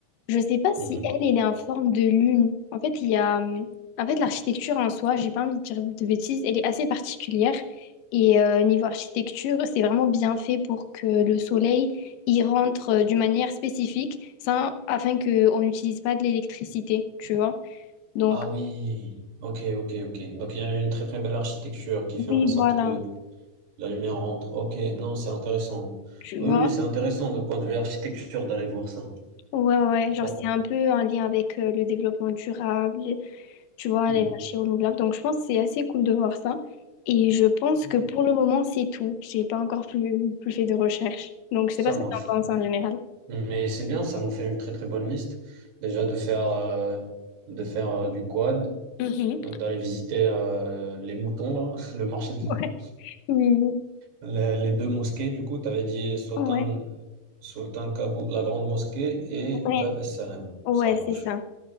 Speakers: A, on the left; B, on the right.
A: Je sais pas si
B: Mhm.
A: elle, elle est en forme de lune. En fait, il y a... hum, En fait, l'architecture en soi, j'ai pas envie de dire de bêtises, elle est assez particulière. Et euh, niveau architecture, c'est vraiment bien fait pour que le soleil y rentre euh, d'une manière spécifique, ça, afin qu'on n'utilise pas de l'électricité, tu vois. Donc,
B: Ah oui, ok, ok, ok. Donc il y a une très très belle architecture qui fait
A: oui,
B: en sorte
A: voilà,
B: que la lumière rentre. Ok, non, c'est intéressant.
A: tu
B: Oui,
A: vois.
B: oui, c'est intéressant de point de vue architecture d'aller voir ça.
A: Ouais, ouais, ouais.
B: Bon.
A: genre c'est un peu en lien avec euh, le développement durable, tu vois,
B: Mm.
A: à l'énergie renouvelable. Donc, je pense que c'est assez cool de voir ça. Et je pense
B: Ok.
A: que pour le moment, c'est tout. J'ai pas encore plus, plus fait de recherche. Donc, je
B: Ça
A: sais pas ce
B: marche.
A: que tu en penses en général.
B: Mais c'est bien, ça nous fait une très très bonne liste. Déjà de faire, euh, de faire euh, du quad,
A: Mhm.
B: euh,
A: <laughs>
B: d'aller visiter euh, les moutons, là, <laughs> le marché des
A: Ouais.
B: moutons.
A: Oui,
B: Les, les deux mosquées, du coup, tu avais dit Sultan,
A: ouais,
B: Sultan Kaboul, la grande mosquée, et
A: ouais,
B: Bab es Salam.
A: ouais,
B: Ça marche.
A: c'est ça.